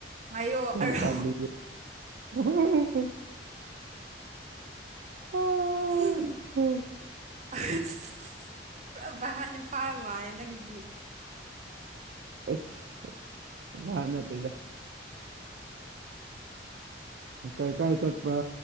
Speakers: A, on the right (about 40°); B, on the right (about 65°).
A: ꯉꯥꯏꯌꯣ
B: ꯀꯔꯝ
A: ꯑꯔꯣ
B: ꯄꯥꯜꯂꯤꯒꯦ <unintelligible> ꯑꯥꯏ
A: ꯎꯝ
B: ꯍꯦ
A: ꯑ <unintelligible> ꯄꯨꯔꯞ ꯚꯞ ꯍꯠꯅ ꯐꯥꯕ ꯃꯥꯅꯦ ꯅꯪꯗꯤ
B: ꯑꯁ ꯚꯞ ꯅꯠꯇꯦꯗ ꯀꯔꯤ ꯀꯥꯏ ꯆꯠꯄ꯭ꯔꯥ